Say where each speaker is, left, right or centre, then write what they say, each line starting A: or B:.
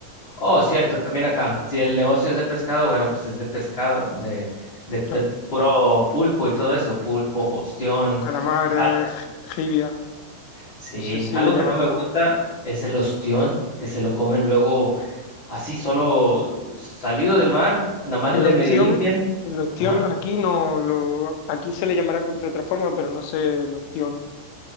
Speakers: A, on the left; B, on the left.
A: pescado.
B: Oh, cierto, también acá. Si el negocio es de pescado, bueno, pues es de pescado, de, de,
A: Claro.
B: de puro pulpo y todo eso, pulpo, ostión.
A: Calamares,
B: Ah,
A: gi- jibia,
B: sí,
A: no sé si
B: algo
A: le llamaremos.
B: que no me gusta es el ostión, que se lo comen luego así, solo salido del mar, nada más
A: El
B: le
A: ostión,
B: medio limpian.
A: el ostión
B: Ajá.
A: aquí no lo, aquí se le llamará de otra forma, pero no sé el ostión.